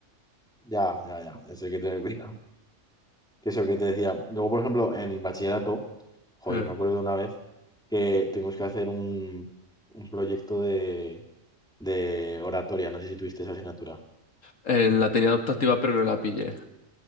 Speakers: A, in the centre; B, on the left (about 75°).
A: ya, ya, ya, es el que te cuidado. Que es el que te decía. Luego, por ejemplo, en el bachillerato, jo,
B: Eh,
A: yo me acuerdo de una vez que tuvimos que hacer un, un proyecto de, de oratoria. No sé si tuviste esa asignatura.
B: eh, la tenía adoptativa, pero no la pillé.